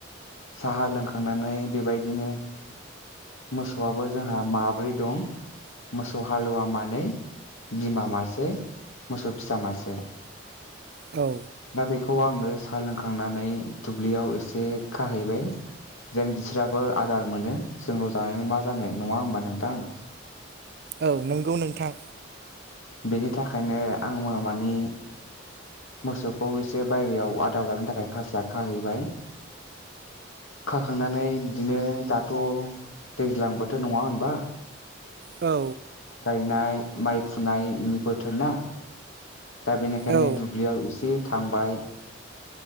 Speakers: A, on the left; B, on the right.
A: साहा लोंखांनानै बे बायदिनो मोसौआबो जोंहा माब्रै दं मोसौ हालुवा मानै बिमा मासे मोसौ फिसा मासे
B: औ
A: दा बेखौ आंङो साहा लोंखांनानै दुब्लियाव एसे खाहैबाय जेन बिस्राबो आदार मोनो जोंल जानानैनि मा जानो नंङा होमबा नोंथां
B: औ नंगौ नोंथां
A: बेनि थाखायनो आंङो मानि मोसौखौ एसे बायेरायाव आदार जानो थाखाय खास्ला खाहैबाय खाखांनानै बिदिनो दाथ' दैज्लां बोथोर नंङा होनबा
B: औ
A: नाय माइ फुनायनि बोथोर ना दा बेनिखायनो
B: औ
A: दुब्लियाव एसे थांबाय